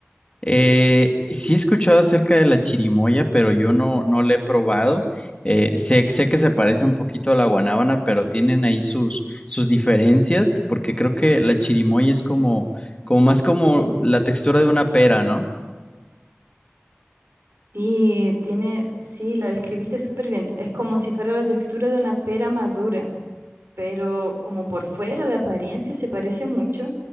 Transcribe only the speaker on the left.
Eh, sí he escuchado acerca de la chirimoya, pero yo no, no la he probado. Eh, sé, sé que se parece un poquito a la guanábana, pero tienen ahí sus, sus diferencias, porque creo que la chirimoya es como, como más como la textura de una pera, ¿no?